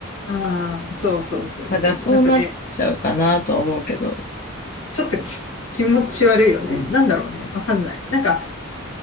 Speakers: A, on the left (about 80°); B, on the left (about 40°).
A: うん。ああ、そうそうそうそう。
B: まあだからそうなっちゃうかなとは思うけど。
A: なんかね、ちょっと気持ち悪いよね。なんだろうね、わかんない。なんか、